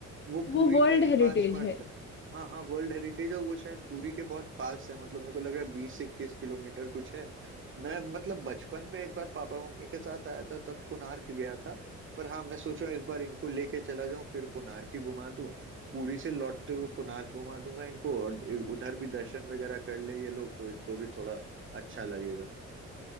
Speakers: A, on the right; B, on the left.
A: वो पुरी
B: वो वर्ल्ड
A: के ही
B: हेरिटेज
A: पास पड़ता
B: है
A: है हाँ हाँ वर्ल्ड हेरिटेज है वो शायद पुरी के बहुत पास है मतलब मेरे को लग रहा है बीस इक्कीस किलोमीटर कुछ है मैं मतलब बचपन में एक बार पापा मम्मी के साथ आया था तब कोणार्क गया था पर हाँ मैं सोच रहा हूँ इस बार इनको लेके चला जाऊं फिर कोणार्क ही घुमा दूं पुरी से लौटते हुए कोणार्क घुमा दूंगा इनको और उधर भी दर्शन वगैरह कर ले ये लोग तो इनको भी थोड़ा अच्छा लगेगा